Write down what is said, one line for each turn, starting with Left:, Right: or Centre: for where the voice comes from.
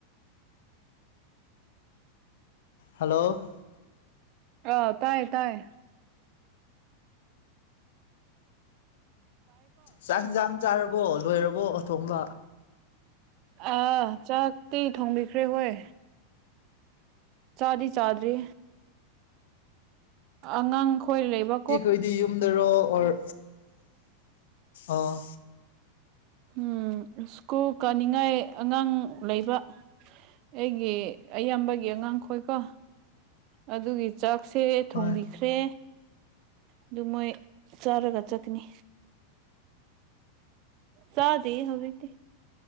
Left: ꯍꯦꯜꯂꯣ
Right: ꯑꯥ ꯇꯥꯏꯌꯦ ꯇꯥꯏꯌꯦ
Left: ꯆꯥꯛ ꯍꯤꯟꯁꯥꯡ ꯆꯥꯔꯕꯣ ꯂꯣꯏꯔꯕꯣ ꯊꯣꯡꯕ
Right: ꯑꯥ ꯆꯥꯛꯇꯤ ꯊꯣꯡꯕꯤꯈ꯭ꯔꯦ ꯑꯩꯈꯣꯏ ꯆꯥꯗꯤ ꯆꯥꯗ꯭ꯔꯤ ꯑꯉꯥꯡꯈꯣꯏ ꯂꯩꯕ
Left: ꯑꯩꯈꯣꯏꯗꯤ ꯌꯨꯝꯗꯔꯣ ꯑꯣꯔ ꯑꯥ
Right: ꯎꯝ ꯁ꯭ꯀꯨꯜ ꯀꯥꯅꯤꯡꯉꯥꯏ ꯑꯉꯥꯡ ꯂꯩꯕ ꯑꯩꯒꯤ ꯏꯌꯥꯝꯕꯒꯤ ꯑꯉꯥꯡꯈꯣꯏꯀꯣ ꯑꯗꯨꯒꯤ ꯆꯥꯛꯁꯦ ꯊꯣꯡꯕꯤ
Left: ꯍꯣꯏ
Right: ꯊꯣꯡꯕꯤꯈ꯭ꯔꯦ ꯑꯗꯨ ꯃꯣꯏ ꯆꯥꯔꯒ ꯆꯠꯀꯅꯤ ꯆꯗꯦ ꯍꯧꯖꯤꯛꯇꯤ